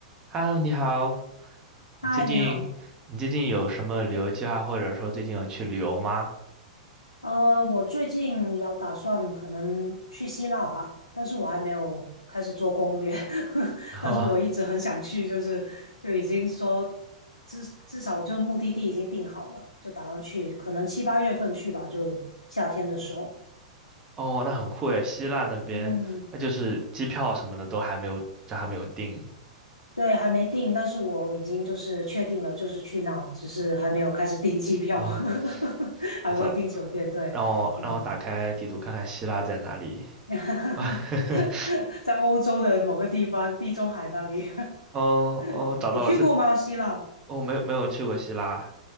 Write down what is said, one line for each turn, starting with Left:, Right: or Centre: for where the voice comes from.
Right: Hello，你好，你最近你最近有什么旅游计划，
Left: 嗨，你好。
Right: 或者说最近有去旅游吗？
Left: 呃，我最近有打算可能去希腊吧，但是我还没有开始做攻略，<laughs>
Right: <laughs>
Left: 但是我一直很想去，
Right: 哦，
Left: 就是就已经说至至少就目的地已经定好了，就打算去，可能七八月份去吧，就夏天的时候。
Right: 哦，那很酷诶，希腊那边，
Left: 嗯，
Right: 那就是机票什么的都还没有，这还没有定。
Left: 对，还没定，但是我已经就是确定了，就是去那，只是还没有开始订机票，
Right: 嗯、
Left: <laughs> 还没有订酒店，
Right: 我操，
Left: 对，
Right: 让我让我打开地图看看希腊在哪里。
Left: 嗯。<laughs>
Right: <laughs>
Left: 在欧洲的某个地方，地中海那里，
Right: 哦哦，
Left: <laughs>
Right: 找到了，
Left: 你去过吗？
Right: 它
Left: 希腊？
Right: 我哦、没有没有去过希腊，